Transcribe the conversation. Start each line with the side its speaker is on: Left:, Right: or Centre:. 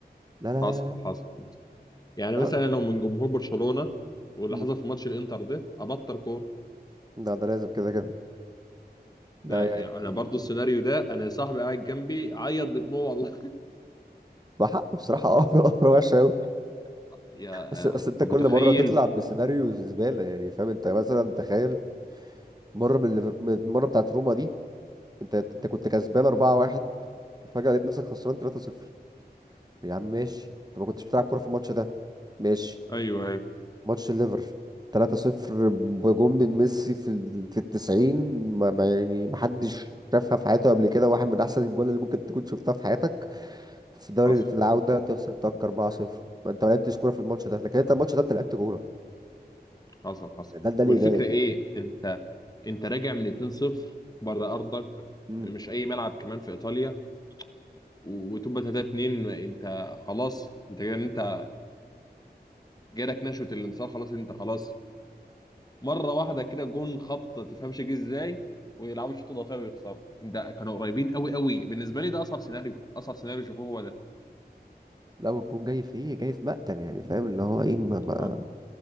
Right: لا لا
Left: حصل
Right: لا لا
Left: حصل يعني
Right: لا
Left: مثلا
Right: لا
Left: لو من جمهور برشلونة واللي
Right: مم.
Left: حصل في ماتش الانتر ده ابطل كوره
Right: لا، ده لازم كده كده ده
Left: ده
Right: يعني
Left: انا برضو السيناريو ده انا صاحبي قاعد جنبي عيط بدموع والله
Right: بحقه بصراحه قهر <laughs> قهر وحش قوي
Left: <laughs> يا
Right: اصل اصل
Left: انت
Right: انت كل
Left: متخيل
Right: مره تطلع بسيناريو زباله يعني فاهم انت مثلا تخيل مره من ليفر- من المره بتاعت روما دي انت انت كنت كسبان 4-1 فجاه لقيت نفسك خسران 3-0 يا عم ماشي انت ما كنتش بتلعب كوره في الماتش ده ماشي
Left: ايوه ايوه
Right: ماتش الليفر 3-0 بجون من ميسي في ال- في التسعين ما ما يعني ما حدش شافها في حياته قبل كده واحد من احسن الجوال اللي ممكن تكون شفتها في حياتك في دوري
Left: حصل
Right: في العودة تخسر تاك 4-0 ما انت ما لعبتش كورة في الماتش ده لكن انت الماتش ده انت لعبت كورة
Left: حصل حصل
Right: ده ده اللي
Left: والفكره
Right: يضايق
Left: ايه
Right: فاهم
Left: انت انت راجع من 2-0 بره ارضك
Right: امم
Left: مش اي ملعب كمان في ايطاليا و- وتبقى 3-2 انت خلاص انت كده انت جالك نشوة الانتصار خلاص انت خلاص مره واحده كده جون خبط ما تفهمش جه ازاي ويلعبوا شوط اضافي ويخسروا ده كانوا قريبين قوي قوي بالنسبه لي ده اصعب سيناريو اصعب سيناريو شافوه هو ده
Right: لا والجون جاي في ايه جاي في مقتل يعني فاهم اللي هو ايه ما ما
Left: اه